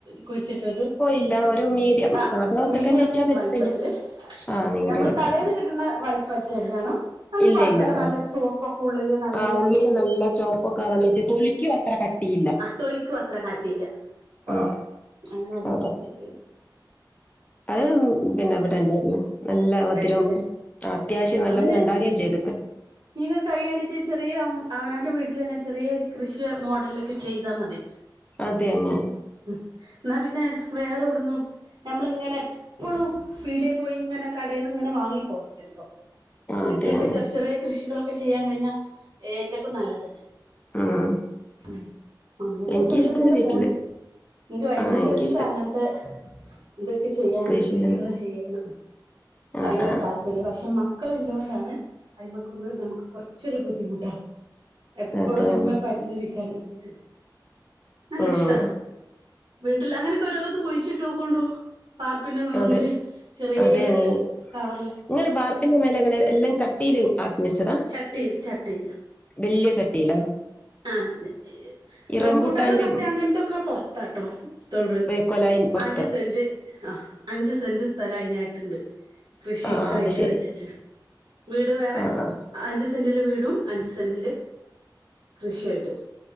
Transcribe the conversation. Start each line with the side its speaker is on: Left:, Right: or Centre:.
Right: കുഴിച്ചിട്ടിട്ട്.
Left: ഇല്ല ഒരു മീഡിയം
Right: ആഹ്,
Left: സാധാ വത്തക്കന്റെ
Right: മീഡിയം
Left: ഇറ്റാ വലിപ്പമില്ല
Right: വലിപ്പത്തില്
Left: ആ മീഡിയം
Right: നമ്മൾ
Left: വലിപ്പത്തിൽ
Right: കടയിൽന്ന് കിട്ടുന്ന വലിപ്പത്രെയെന്റെയാണോ അത്
Left: ഇല്ല
Right: കോഴ
Left: ഇല്ല ആ
Right: നല്ല ചുവപ്പൊക്കെ ഉള്ളില്, നല്ല
Left: ആ ഉള്ളില്
Right: ചുവപ്പ്
Left: നല്ല ചോപ്പൊക്കെ
Right: <unintelligible>
Left: വന്നിട്ട് തൊലിക്കും അത്ര കട്ടിയില്ല
Right: ആഹ്, തൊലിക്കും അത്ര കട്ടിയില്ല കുറവാ
Left: ഉം.
Right: അങ്ങനെ അതും
Left: അതെ.
Right: കൊഴിച്ചിട്ട്
Left: അത് പിന്നെ ഇവിടെ ഇണ്ടായിരുന്നു നല്ല മധുരവും
Right: ഉണ്ടായിരുന്നുല്ലേ
Left: ആഹ്, അത്യാവശ്യം നല്ലോണം
Right: അങ്ങനെ
Left: ണ്ടാവേം ചെയ്ത്ക്ക്.
Right: നിങ്ങക്ക് കഴിയാണിച്ചെ ചെറിയ അവനവന്റെ വീട്ടിൽ തന്നെ ചെറിയൊരു കൃഷി മോഡലിലൊക്കെ ചെയ്താ മതി
Left: അതെന്നെ
Right: ഉം ഇന്നാ പിന്നെ വേറെടുന്നും ഞമ്മളിങ്ങനെ എപ്പളും പ്പീടേ പോയി ഇങ്ങനെ കടയിൽന്ന് ഇങ്ങനെ വാങ്ങി പോരണ്ടല്ലോ
Left: ആ
Right: വീട്ടിലൊക്കെ
Left: അത് തന്നെ.
Right: ചെറിയ ചെറിയ കൃഷികളൊക്കെ ചെയ്യാൻ കഴിഞ്ഞാൽ ഏറ്റക്കും നല്ലതന്നെ
Left: ഉം.
Right: ഉം അങ്ങനെക്കെ
Left: എനിക്കിഷ്ടാ
Right: ചെത്ങ്ങനെ
Left: വീട്ടില്.
Right: പോണ് ഇൻക്ക് ഭയങ്കര
Left: ആ എനിക്കിഷ്ടം
Right: ഇഷ്ടാ അങ്ങനത്തെ ഇതൊക്കെ ചെയ്യാനും
Left: കൃഷികള്.
Right: കൃഷികൾ ചെയ്യാനും
Left: ആ
Right: ഭയങ്കര
Left: ആ
Right: താല്പര്യാ പക്ഷെ മക്കള് ഇല്ലോണ്ടാണ് അയ്മക്കൊന്ന് നമുക്ക് കുറച്ചൊരു ബുദ്ധിമുട്ടാ എപ്പളും
Left: അത്
Right: അയിമെ
Left: തന്നെ.
Right: പരിചരിക്കാൻ വേണ്ടീട്ട് നല്ല
Left: ഉം.
Right: ഇഷ്ടാ. വീട്ടിൽ അങ്ങനെയൊക്കെ ഓരോന്ന് കുഴിച്ചിട്ട് നോക്കോണ്ടൂ. ബാർപ്പിന്റെ നെറൂല്.
Left: അത്
Right: ചെറീയ
Left: അതേനി.
Right: കവർല്.
Left: ഇങ്ങള് ബാർപ്പിന്റെ മേലെ. അങ്ങനെ എല്ലം ചട്ടീല് ആക്കി വെച്ചതാ?
Right: ചട്ടീൽ ചട്ടീൽ.
Left: വല്ല്യ ചട്ടീലോ?
Right: ആഹ്. റമ്പൂട്ടാനും
Left: റംബൂട്ടാന്റെ
Right: മറ്റേ അങ്ങനത്തൊക്കെ പൊർത്താട്ടോ. തൊടൂല്
Left: വേ കൊലായിൻ പൊറത്ത്.
Right: അഞ്ച് സെന്റ് ആഹ് അഞ്ച് സെന്റ് സ്ഥലം അയിനായിട്ട്ണ്ട് കൃഷിക്കായിട്ട്
Left: ആ ആ അത് ശരി.
Right: വെച്ചച്ച്ണ്. വീട് വേറെ
Left: ആ ആ.
Right: അഞ്ച് സെന്റ്ല് വീടും അഞ്ച് സെന്റ്ല് കൃഷി ആയിട്ട്.